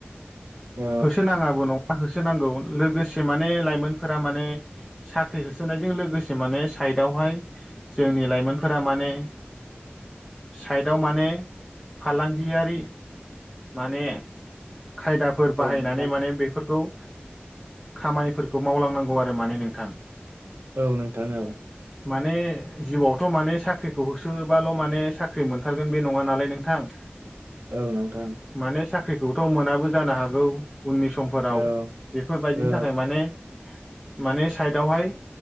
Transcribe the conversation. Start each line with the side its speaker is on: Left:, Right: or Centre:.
Right: औ
Centre: होसोनाङाबो न' होसोनांगौ लोगोसे माने लाइमोनफोरा माने साख्रि होसोनायजों लोगोसे माने साइदावहाय जोंनि लाइमोनफोरा माने साइडआव माने फालांगियारि माने खायदाफोर
Right: औ
Centre: बाहायनानै
Right: नोंथां
Centre: माने बेफोरखौ खामानिफोरखौ मावलांनांगौ आरो माने नोंथां।
Right: औ नोंथां औ।
Centre: माने जिउआवथ' माने साख्रिखौ होसोबाल' माने साख्रि मोनथारगोन बे नङा नालाय नोंथां।
Right: औ नोंथां।
Centre: माने साख्रिखौथ' मोनाबो जानो हागौ उननि समफोराव
Right: औ
Centre: बेफोरबायदिनि
Right: औ
Centre: थाखाय माने माने साइदावहाय